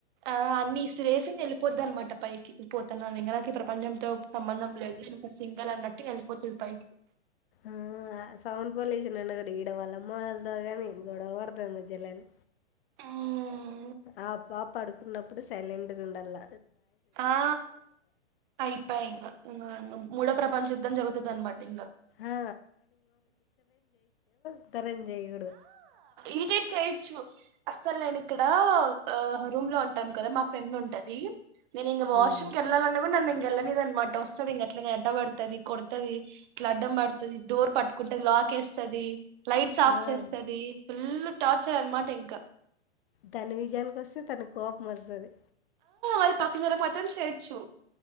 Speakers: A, on the right (about 40°); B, on the left (about 55°).
A: ఆ అన్నీస్ సిరేసిన్ వెళ్ళపోద్దన్నమాట పైకి పోతున్నాను ఇ నాకి ప్రపంచంతో సంబంధం లేదు నేను ఒక సింగల్ అన్నట్ ఇట్టి కలిసిపోతది బయిటికి
B: ఆ సౌండ్ పొల్యూషన్ అన్న కూడా ఈడ వాళ్ళమ్మోల్దా గాని గొడవ పడతది మా చెల్లెలు
A: ఆ
B: ఆ పాప్ పడు ఉన్నప్పుడు సైలెంట్ గుండాల
A: ఆ అయిపాయింక ఇంగ అంగం మ్ మూడో ప్రపంచ యుద్ధం జరుగుతది అన్నమాట ఇంక
B: ఆ, త్తరంజయడు
A: ఈడేట్ చేయొచ్చు అస్సలు నేను ఇక్కడ ఆ రూమ్ లో ఉంటాం కదా మా ఫ్రెండ్ ఉంటది నేను ఇంగ వాష్
B: ఉమ్.
A: రూమ్ కెళ్ళాల అన్న కూడా నన్ వెళ్ళలేద అనమాట వస్తుంది ఇంక అట్లా అడ్డ పడతది కొడతది ఇట్లా అడ్డం పడతది డోర్ పట్టుకుంటది లాక్ వేస్తది లైట్స్ ఆఫ్
B: ఆ.
A: చేస్తది ఫుల్ టార్చర్ అనమాట ఇంకా
B: దాని విజయానికి వస్తే తన కోపం వస్తది
A: అరి పక్కకిర పాత్రం చేయడ్చు